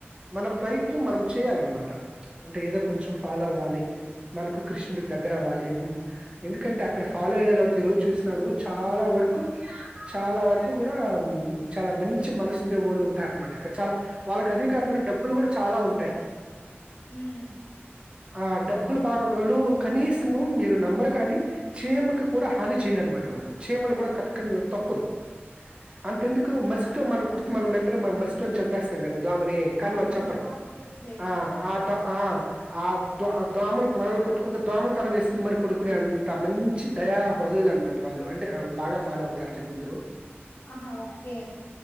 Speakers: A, on the right; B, on the left.
A: మన ప్రయత్నం మనం చేయాలనమాట అంటే ఏదో కొంచెం ఫాలో అవ్వాలి మన కృష్ణడికి
B: హ్మ్.
A: దగ్గర అవ్వాలి ఎందుకంటే అక్కడ ఫాలో అయ్యాల అంటే ఈ రోజు చూసినా నువ్ చాలా వరకు చాలా వరకు కూడా చాలా మంచి మనసుండే వాళ్ళు ఉంటారు అనమాట అక్కడ చాలా వాళ్ళకి అద కాకుండా డబ్బులు కూడా చాలా ఉంటాయి
B: హ్మ్.
A: ఆ డబ్బులు
B: ఓకే
A: బాగా వాళ్ళు కనీసము మీరు నమ్మరు కాని చీమకు కూడా హాని చేయరునమాట వాళ్ళు చీమనుకూడా కతకు తొకురు అంతెందుకు
B: హ్మ్.
A: మస్టో మనకు <unintelligible> చంపేస్తాం కదా దోమని కానీ
B: అవును
A: వాళ్లు చంపరు
B: ఆబ్వియస్లీ
A: ఆ ఆ ద ఆ ఆ దోమలు మనలు కొట్టుకుంటే దోమతర వేసుకుని మరి పడుకునే అంత మంచి దయా హృదయాలు అనమాట వాళ్ళు అంటే బాగా ఫాలో అవుతారులే కొందరు
B: ఆహా ఓకే